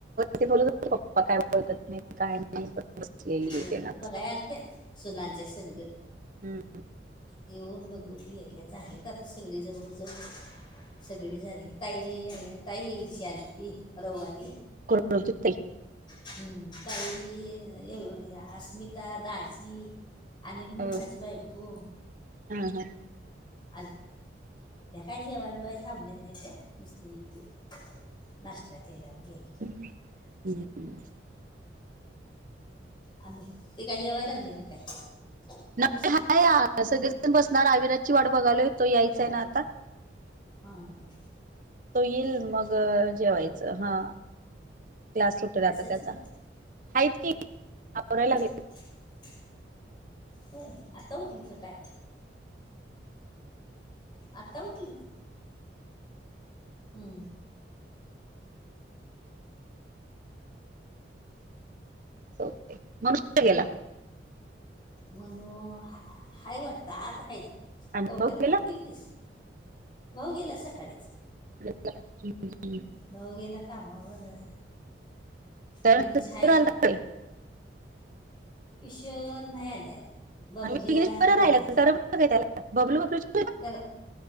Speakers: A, on the right; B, on the left.
A: ते बोलत पप्पा काय ळखत नाही काय नाही. बसलेली आहे
B: अ
A: ते ना
B: बघायला आलत्या सुनांच्या सग.
A: हम्म.
B: येऊन बघून गेल्या झालेत आता सगळी जवळजवळ. सगळी झाली ताई ताई एक दिवशी आली ती रविवारी.
A: कर <unintelligible>
B: हम्म काई अस्मिता दाझी आणिक
A: हो.
B: मित्राची. बाई कु
A: हा हा.
B: आल त्या काय जेव्हा बेवाय थांबले नाही त्या नुसते ये के नाष्ट्ता केला आणि गेले.
A: ह <unintelligible> हम्म.
B: आध ते काय जेवाय लागले ना काय
A: नाही,
B: अरुशी
A: हाय आ, सगळेजण बसणार आविराातची वाट बघालोय तो यायच आहे ना आता.
B: हा हा.
A: तो येईल मग जेवायचं हा क्लास सुटला
B: आणि
A: आता
B: सचिन
A: त्याचा हच की आवरायला लागले.
B: <inaudible> होय आता उठलीत का काय आता उठल हम्म.
A: असं हो मणुष गेला
B: म्हण हाय वाटतं आत हाय
A: अनुभव
B: कवट्याला
A: गेला
B: फोन केली तस भाऊ गेला सकाळीच
A: <inaudible>
B: भाऊ गेला कामावर विघनेश
A: तर आला
B: आहे
A: तर काय?
B: किशोर नाही आल्या आला बाबल्या
A: आणि विघ्नेश बरं
B: बाबल्या
A: राहिला कारण त्याला बबलू बबलू
B: तर